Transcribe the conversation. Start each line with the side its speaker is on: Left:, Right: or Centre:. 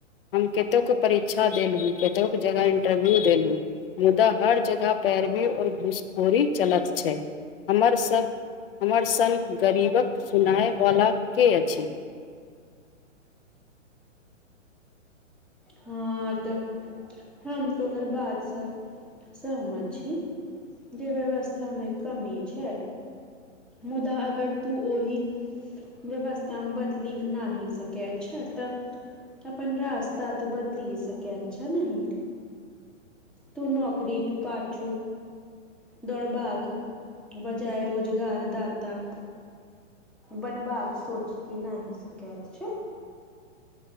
Left: हम केतौको परीक्षा देलहूँ केतौक जगह इन्टरव्यू देलहूँ। मुदा हर जगह पैरवी और घूसखोरी चलत छैय हमर सब। हमर सन गरीबक सुनायवला के अछि।
Centre: हँ तऽ हम तोहर बात सह। सहमत छी जे व्यवस्थामे कमी छैय। मुदा अगर तू ओही। व्यवस्ताम बदलिक नही सकै छय तऽ अपन रास। तात बदली सकै छय नहीं। तू नौकरी क पाछु। दौड़बाके बजाय रोजगार दाता। बनबाक सोची कि नहि सकैत छय।